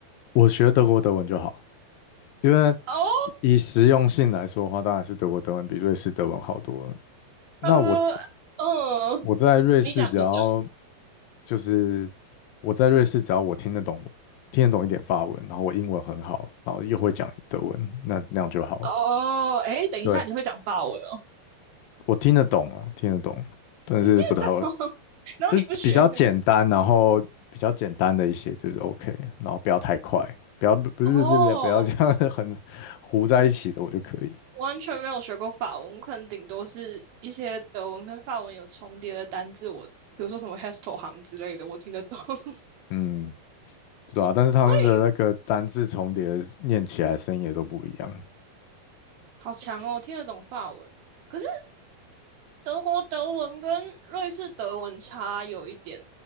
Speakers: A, on the left; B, on the right.
A: 我学德国德文就好，因为
B: 哦，
A: 以实用性来说的话，当然是德国德文比瑞士德文好多了。那我
B: 呃，嗯，
A: 我在瑞士，
B: 你讲你讲。
A: 只要就是我在瑞士，只要我听得懂听得懂一点法文，然后我英文很好，然后又会讲德文，那那样就好了。
B: 哦，哎，等一下，
A: 对，
B: 你会讲法文哦？
A: 我听得懂啊，听得懂，但是不太会，
B: 你听得懂？<laughs> 然后你不学？
A: 就是比较简单，然后比较简单的一些就是 OK，然后不要太快，不要不不不不不要这样
B: 哦，
A: <laughs> 很糊在一起的，我就可以。
B: 完全没有学过法文，我可能顶多是一些德文跟法文有重叠的单字，我比如说什么 Hestel 行之类的，我听得懂。<laughs>
A: 嗯，对啊，但是他们的那个单字重叠念起来声音也都不一样。
B: 所以，好强哦，听得懂法文。可是德国德文跟瑞士德文差有一点